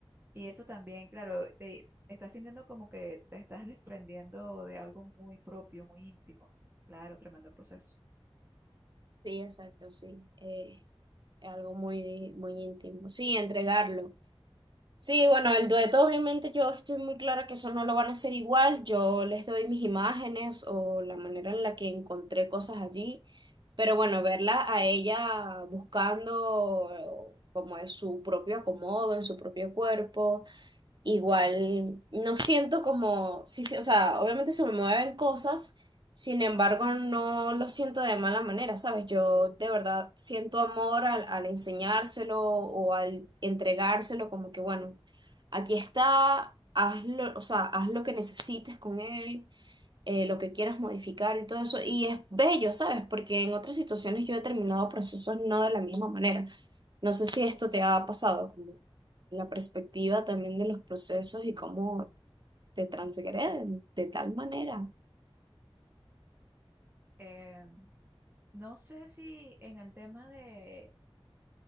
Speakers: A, on the right; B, on the right.
A: Y eso también, claro, te estás sintiendo como que te estás desprendiendo de algo muy propio, muy íntimo. Claro, tremendo proceso.
B: Sí, exacto, sí. Eh, es algo muy, muy íntimo. Sí, entregarlo. Sí, bueno, el dueto obviamente yo estoy muy clara que eso no lo van a hacer igual. Yo les doy mis imágenes o la manera en la que encontré cosas allí. Pero bueno, verla a ella buscando eh, como es su propio acomodo, en su propio cuerpo. Igual no siento como, sí, sí, o sea, obviamente se me mueven cosas, sin embargo no lo siento de mala manera, ¿sabes? Yo de verdad siento amor al, al enseñárselo o al entregárselo, como que bueno, aquí está, hazlo, o sea, haz lo que necesites con él eh, lo que quieras modificar y todo eso. Y es bello, ¿sabes? Porque en otras situaciones yo he terminado procesos no de la misma manera. No sé si esto te ha pasado, como la perspectiva también de los procesos y cómo te transgreden de tal manera.
A: Eh, no sé si en el tema de,